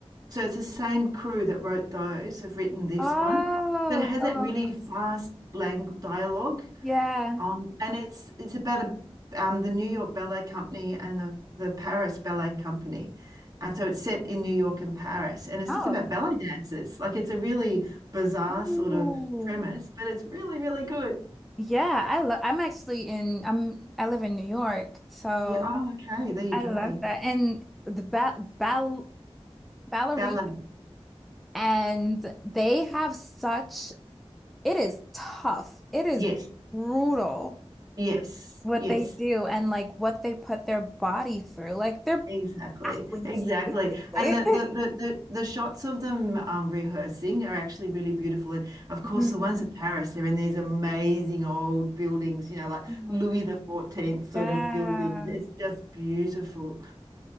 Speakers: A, on the right (about 35°); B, in the centre.
A: So it's the same crew that wrote those have written this
B: Oh,
A: one. that has
B: so
A: that really fast lang dialogue.
B: yeah.
A: Um, and it's it's about a, um, the New York Ballet Company and the the Paris Ballet Company, and so it's set in New York and Paris, and it's
B: Oh.
A: just about ballet dancers. Like it's a really bizarre
B: Ooh.
A: sort of premise, but it's really really good.
B: Yeah, I love I'm actually in I'm I live in New York, so
A: Yeah. Oh, okay. There you
B: I
A: go.
B: love that. And the ba ball ballerinas
A: Ballet.
B: and they have such It is tough. It is
A: Yes.
B: brutal
A: Yes.
B: what
A: Yes.
B: they do and like what they put their body through. Like they're
A: Exactly,
B: athletes,
A: exactly.
B: basically.
A: And the the
B: <laughs>
A: the the, the shots of them um, rehearsing are actually really beautiful. And of course,
B: Mhm.
A: the ones in Paris, they're in these amazing old buildings, you know, like
B: Oh
A: Louis
B: my
A: the Fourteenth sort
B: God.
A: of buildings. It's just beautiful.